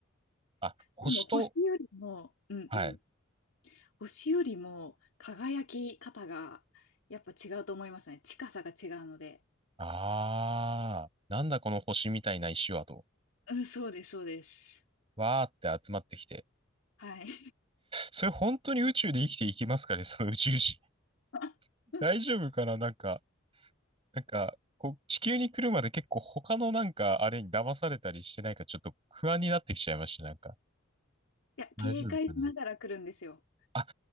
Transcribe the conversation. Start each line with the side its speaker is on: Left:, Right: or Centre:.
Right: あ、星と、
Left: でも星よりも、うんうん。
Right: はい。
Left: 星よりも輝き方がやっぱ違うと思いますね。近さが違うので。
Right: ああ。なんだこの星みたいな石はと。
Left: うん、そうです、そうです。
Right: わーって集まってきて。
Left: はい。
Right: それ本当に宇宙で生きていけますかね、その宇宙人。
Left: <laughs>
Right: <laughs>
Left: い
Right: 大丈夫かななんか、なんか、こう、地球に来るまで結構他のなんか、あれに騙されたりしてないか、ちょっと不安になってきちゃいました、なんか。
Left: や、
Right: 大丈夫かな
Left: 警戒しながら来るんですよ。
Right: あ、